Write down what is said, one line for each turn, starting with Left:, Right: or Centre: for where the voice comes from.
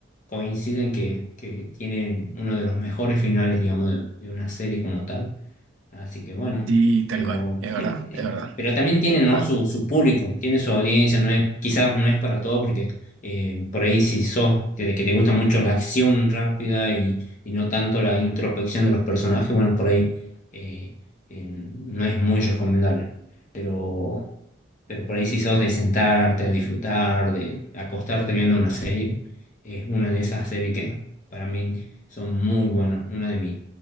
Left: coinciden que, que tiene uno de los mejores finales, digamos, de, de una serie como tal. Así que bueno,
Right: Sí, tal
Left: pero
Right: cual, es
Left: sí,
Right: verdad,
Left: eh,
Right: es verdad.
Left: pero también tiene, ¿no?
Right: Va-
Left: su, su público, tiene su audiencia, no es, quizás no es para todo, porque eh, por ahí si sos, que, que te gusta mucho la acción rápida y, y no tanto la introspección de los personajes, bueno, por ahí eh, eh, no es muy recomendable. Pero, pero por ahí si sos de sentarte, a disfrutar, de acostarte viendo una serie, es una de esas series que para mí son muy buenas, una de mis